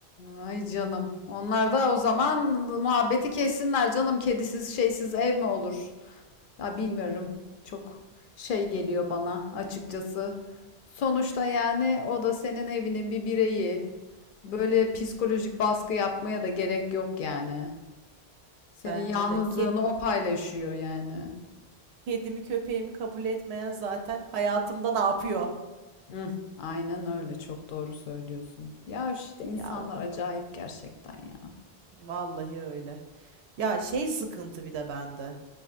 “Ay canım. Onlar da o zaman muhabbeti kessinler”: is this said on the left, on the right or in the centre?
Left